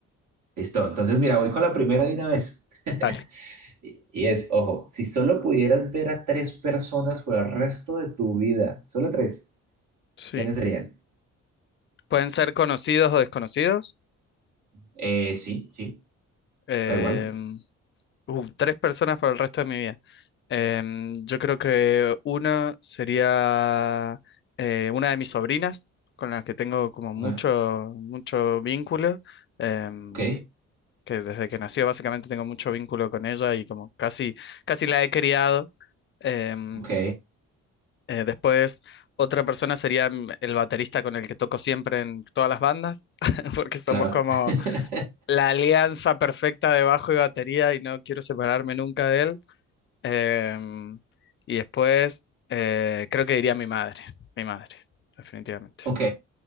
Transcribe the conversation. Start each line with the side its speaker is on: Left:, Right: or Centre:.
Right: Listo. Entonces, mira, voy con la primera de una vez. <laughs>
Left: Dale.
Right: Y y es, ojo, si solo pudieras ver a tres personas por el resto de tu vida, solo tres,
Left: Sí.
Right: ¿quiénes serían?
Left: Pueden ser conocidos o desconocidos.
Right: Eh, sí, sí,
Left: Em,
Right: da igual.
Left: uh, tres personas para el resto de mi vida. Em, yo creo que uno sería eh, una de mis sobrinas, con las que tengo como mucho,
Right: Ok.
Left: mucho vínculo. em,
Right: Ok,
Left: que desde que nació básicamente tengo mucho vínculo con ella y como casi, casi la he criado. Em,
Right: ok,
Left: Eh, después, otra persona sería mm, el baterista con el que toco siempre en todas las bandas, <laughs> porque somos
Right: claro.
Left: como
Right: <laughs>
Left: la alianza perfecta de bajo y batería y no quiero separarme nunca de él. Em, y después, eh, creo que diría mi madre, mi madre, definitivamente.
Right: Ok,